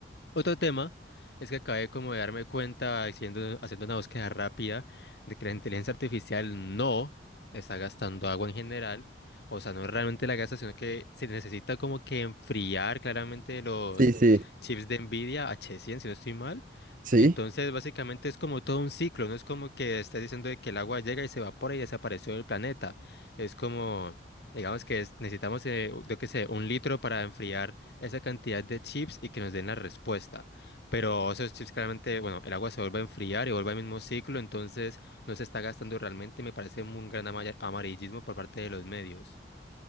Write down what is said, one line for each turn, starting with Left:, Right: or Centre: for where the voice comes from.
Left: Otro tema es que acabé como de darme cuenta haciendo, haciendo una búsqueda rápida de que la inteligencia artificial no está gastando agua en general. O sea, no realmente la gasta, sino que se necesita como que enfriar claramente los
Right: Sí, sí,
Left: chips de Nvidia H100, si no estoy mal.
Right: sí.
Left: Entonces, básicamente es como todo un ciclo, no es como que estás diciendo de que el agua llega y se evapora y desapareció del planeta. Es como, digamos que es- necesitamos, eh, yo qué sé, un litro para enfriar esa cantidad de chips y que nos den la respuesta. Pero esos chips claramente, bueno, el agua se vuelve a enfriar y vuelve al mismo ciclo, entonces no se está gastando realmente y me parece un gran ama- amarillismo por parte de los medios.